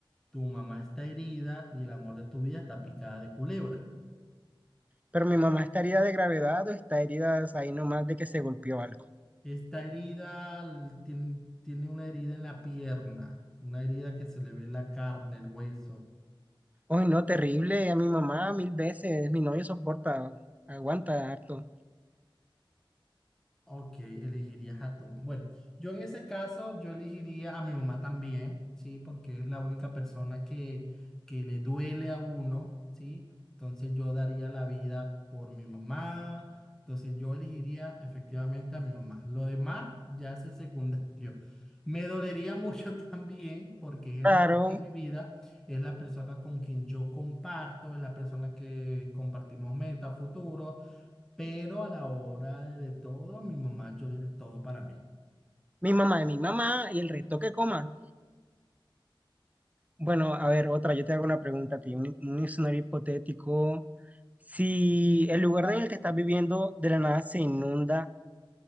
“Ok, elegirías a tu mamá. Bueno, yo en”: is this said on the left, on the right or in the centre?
Centre